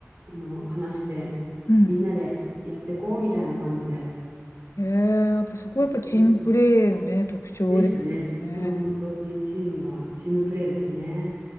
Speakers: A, on the right (about 50°); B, on the left (about 70°).
A: あの、話して、
B: うん。
A: みんなでやってこうみたいな感じで、
B: えー、やっぱそこはやっぱチームプレーのね、
A: うんすごい
B: 特徴ですね。
A: ですね。その本当にチームが、チームプレーですね。